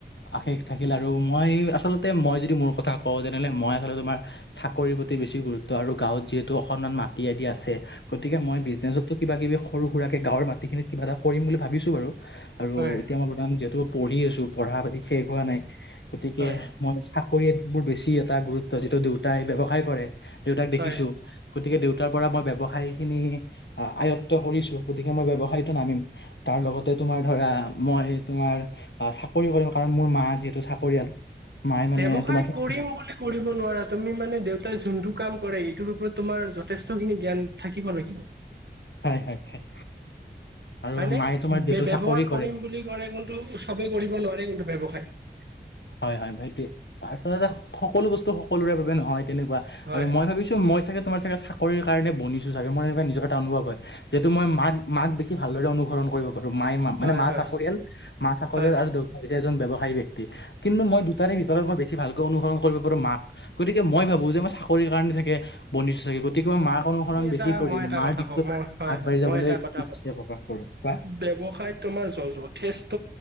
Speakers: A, on the left; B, on the right.
A: আশেষ থাকিল, আৰু মই আচলতে মই যদি মোৰ কথা কওঁ যেনেহলে মই আচলতে তোমাৰ। চাকৰিৰ প্ৰতি বেছি গুৰুত্ব, আৰু গাঁৱত যিহেতু অকনমান মাটি আদি আছে। গতিকে মই বিজনেচতো কিবা কিবি সৰু সুৰাকে গাঁৱৰ মাটিখিনিত কিবা এটা কৰিম বুলি ভাবিছো বাৰু। আৰু
B: হয় হয়
A: এতিয়া মই বৰ্তমান যিহেতু পঢ়ি আছো পঢ়া পাতি শেষ হোৱা নাই গতিকে,।
B: হয় হয়
A: মই চাকৰি মোৰ বেছি এটা গুৰুত্ব, যিটো দেউতাই ব্ৱসায় কৰে দেউতাক দেখিছোঁ।
B: হয়
A: গতিকে দেউতাৰ পৰা মই ব্যৱসায় খিনি আয়ত্ব কৰিছো গতিকে মই ব্যৱসায়টো নামিম,। তাৰ লগতে তোমাৰ ধৰা মই তোমাৰ'। অ, '‌ চাকৰি কৰিম কাৰণ মোৰ মা যিহেতু চাকৰিয়াল মায়ে মানে
B: ব্যৱসায়
A: তোমাৰ,।
B: বুলি কৰিব নোৱাৰা, তুমি মানে দেউতাই যোনটো কাম কৰে সটোৰ ওপৰত তোমাৰ যে'। খিনি জ্ঞান থাকিব লাগিব,।
A: হয়, ‌হয়, হয় আৰু
B: হয় ন,
A: মায়ে তোমাৰ যিহেতু
B: ব্যৱহাৰ
A: চাকৰি কৰে
B: কৰিম বুলি কলে কিন্তু চবেই কৰিব নোৱাৰে কিন্তু ব্যৱসায়,।
A: হয়, হয় ভাইটোৱে তাৰলতে সকলো বস্তু সকলোৰে বাবে নহয় তেনেকুৱা,।
B: হয়
A: আৰু মই ভাবিছো মই চাগে, তোমাৰ চাগে কৰি কাৰণে বনিছোঁছাগে, মোৰ এনেকে নিজৰ এটা অনুভ হয়। যিহেতু মই মাত বেছি ভালদৰে অনুসৰণ কৰিব মাই মা মানে
B: হয়
A: মা
B: হয়
A: চাকৰিয়াল, মা চাকৰিয়াল
B: হয়
A: আৰু দেউতা হৈছে এজন ব্যৱসায়ী ব্যক্তি কিন্তু
B: হয়
A: মই দুটাৰে ভিতৰত মই বেছি ভালকৈ অনুসৰণ কৰিব পাৰো মাক, গতিকে মই ভাবো যে মই কাৰণে চাগে বনিচো চাগে। গতিকো মই মাক অনুসৰণ
B: তুমি এটা
A: বেছি কৰি
B: মই এটা
A: মাৰ
B: কথা
A: দিশটোত
B: কওঁ, মই হয়-হয়
A: আগবাঢ়ি যাবলৈ
B: মই এটা কথা
A: ইচ্ছা
B: কওঁ
A: প্ৰকাশ কৰোঁ কোৱা
B: ব্যৱসায়ত তোমাৰ য যথেষ্ট